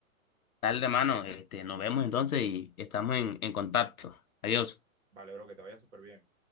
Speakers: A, on the left; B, on the right.
A: Dale, hermano, este, nos vemos entonces y estamos en, en contacto. Adiós.
B: Vale, bro, que te vaya súper bien.